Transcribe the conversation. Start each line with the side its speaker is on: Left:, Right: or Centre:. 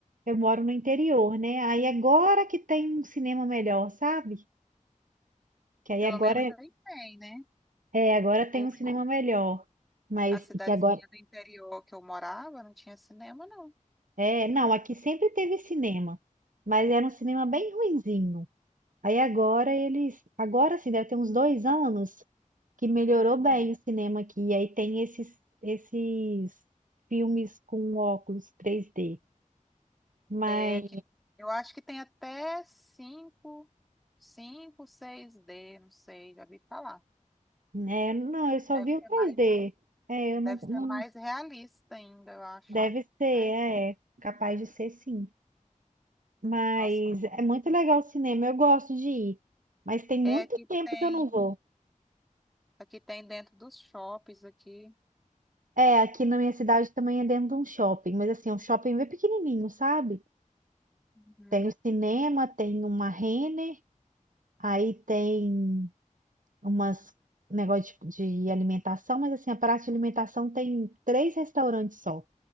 Right: eu moro no interior, né? Aí agora que tem um cinema melhor, sabe? Que aí
Centre: Pelo
Right: agora
Centre: menos aí tem, né?
Right: é, agora tem
Centre: O,
Right: um cinema melhor. Mas
Centre: a cidadezinha
Right: que agora
Centre: do interior que eu morava não tinha cinema, não.
Right: é, não, aqui sempre teve cinema, mas era um cinema bem ruinzinho. Aí agora eles, agora sim, deve ter uns dois anos que melhorou
Centre: Hum.
Right: bem o cinema aqui. E aí tem esses esses filmes com óculos 3D. Mas
Centre: É que eu acho que tem até cinco, cinco, seis d não sei, já vi falar.
Right: né não, eu só
Centre: Deve
Right: vi o
Centre: ser
Right: 3D.
Centre: mais,
Right: É, eu não,
Centre: deve ser
Right: não
Centre: mais realista ainda, eu acho,
Right: deve ser,
Centre: né?
Right: é, capaz de ser sim. Mas
Centre: Nossa,
Right: é muito legal o cinema, eu gosto de ir. Mas tem muito
Centre: é que
Right: tempo
Centre: tem,
Right: que eu não vou.
Centre: aqui tem dentro dos shoppings aqui.
Right: É, aqui na minha cidade também é dentro de um shopping, mas assim, é um shopping bem pequenininho, sabe?
Centre: Uhum.
Right: Tem o cinema, tem uma Renner, aí tem umas negócio de, tipo, de alimentação, mas assim, a praça de alimentação tem três restaurantes só.